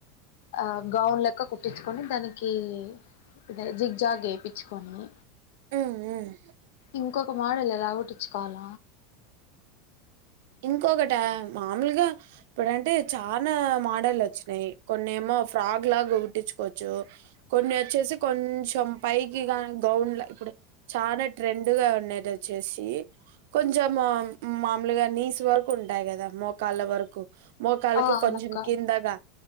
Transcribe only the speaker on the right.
ఉమ్ ఉమ్
ఇంకొకటా మామూలుగా ఇప్పుడంటే చాలా మోడల్ వచ్చినాయి కొన్నేమో ఫ్రాక్ లాగా కుట్టించుకోవచ్చు కొన్ని వచ్చేసి కొంచెం పైకి గౌన్లా ఇప్పుడు చానా ట్రెండ్గా ఉండేది వచ్చేసి కొంచం మామూలుగా నీస్ వరకు ఉంటాయి కదా మోకాళ్ళ వరకు మోకాళ్ళకు
కొంచెం కిందగా